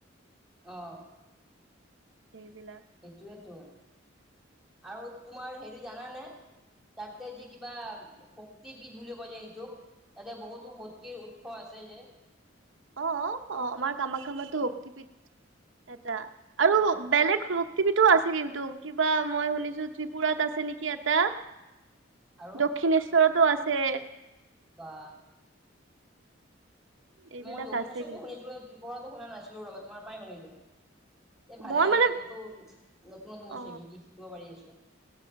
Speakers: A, in the centre; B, on the right (about 75°).
A: অহ।
B: সেইবিলাক
A: এইটোৱেটো।
B: <inaudible>
A: আৰু তোমাৰ হেৰি জানানে, তাতে যি কিবা শক্তি পীঠ বুলি কয় যে সেইটোক, এতিয়া বহুতো শক্তিৰ উৎস আছে যে।।
B: অ অ অ আমাৰ কামাখ্যামাতো শক্তিপীঠ, এটা আৰু বেলেগ শক্তিবিধো আছে কিন্তু, কিবা মই শুনিছোঁ ত্ৰিপুৰাত আছে। দিছে নেকি এটা,
A: আৰু
B: দক্ষিণেশ্বৰতো আছে
A: বা,
B: এইবিলাক
A: মই দক্ষিণেশ্বৰতো
B: আছে কিন্তু
A: শুনিছিলোঁ, ত্ৰিপুৰাতো শুনা নাছিলো, তোমাৰ পৰাই শুনিলোঁ। এই ভালে
B: মই
A: লাগিলে
B: মানে
A: বহু নতুন নতুন বস্তু
B: অ
A: শিকি শিকিব পাৰি আছোঁ।